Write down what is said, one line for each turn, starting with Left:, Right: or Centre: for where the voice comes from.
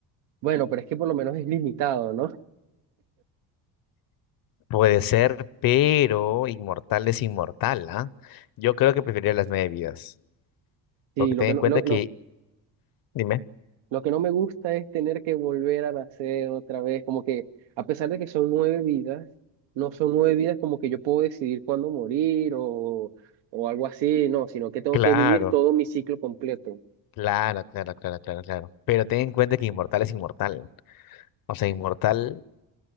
Right: bueno, pero es que por lo menos es limitado, ¿no? <laughs>
Left: puede ser, pero inmortal es inmortal, ¿ah? Yo creo que preferiría las nueve vidas,
Right: Sí,
Left: porque
Right: lo
Left: ten
Right: que
Left: en
Right: no,
Left: cuenta
Right: lo,
Left: que,
Right: lo,
Left: dime,
Right: lo que no me gusta es tener que volver a nacer otra vez, como que a pesar de que son nueve vidas, no son nueve vidas como que yo puedo decidir cuándo morir o, o algo así, no, sino que tengo
Left: claro,
Right: que vivir todo mi ciclo completo.
Left: claro, claro, claro, claro, claro, pero ten en cuenta que inmortal es inmortal. O sea, inmortal,